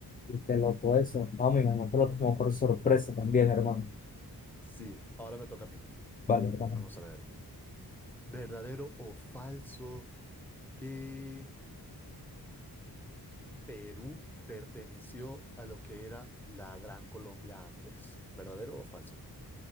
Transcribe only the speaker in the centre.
Sí, ahora me toca a mí.
Vamos a ver, ¿verdadero o falso que Perú perteneció a lo que era la Gran Colombia antes? ¿Verdadero o falso?